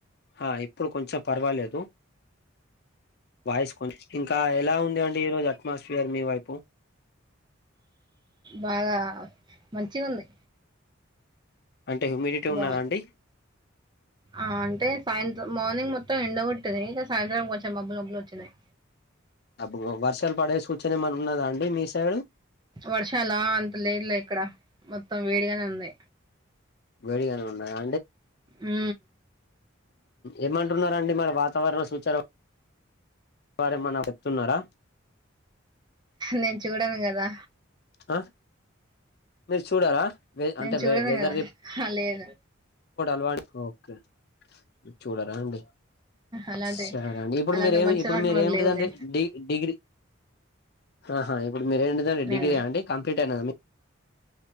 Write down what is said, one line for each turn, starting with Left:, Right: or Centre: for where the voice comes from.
Left: హ ఇప్పుడు కొంచెం పర్వాలేదు వాయిస్ కొంచం ఇంకా ఎలా ఉంది అండి ఈ రోజు అట్మాస్ఫియర్ మీ వైపు
Right: బాగా మంచిగ ఉంది
Left: అంటే హ్యూమిడిటీ
Right: బా
Left: ఉన్నదా అండి
Right: ఆ అంటే సాయంత్రం మార్నింగ్ మొత్తం ఎండగొట్టిది ఇక సాయంత్రం కొంచెం మబ్బులు మబ్బలు వచ్చినాయి
Left: అబ్ వర్షాలు పడే సూచన ఏమన్నా ఉన్నదా అండి మీ సైడు
Right: వర్షాల అంత లేదులే ఇక్కడ మొత్తం వేడిగానే ఉంది
Left: వేడిగానే ఉన్నదా
Right: ఊ
Left: ఏమంటున్నరా అండి మరి వాతావరణ సూచాన వారేమనకు చెప్తున్నారా
Right: నేను చూడను కదా
Left: ఆ? మీరు చూడరా
Right: నేను
Left: అంటే
Right: చూడను
Left: వెదర్
Right: కదా హా, లేదు
Left: ల్వా ఓకే చూడ అండి
Right: అలాంటి
Left: సరే అండి ఇప్పుడు
Right: అలాంటి
Left: మీరేమి
Right: మంచి
Left: ఇప్పుడు
Right: అలవాట్లు
Left: మీర
Right: మనకు
Left: ఏమిటిదండి
Right: లేవులే
Left: డిగ్రీ ఆహా ఇప్పుడు మీర ఏంటిదండి
Right: నేను
Left: డిగ్రీ అండి కంప్లీట్ అయినద